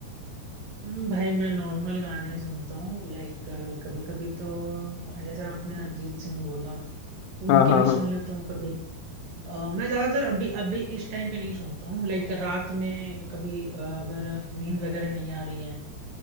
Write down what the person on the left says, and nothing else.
हाँ हाँ
हाँ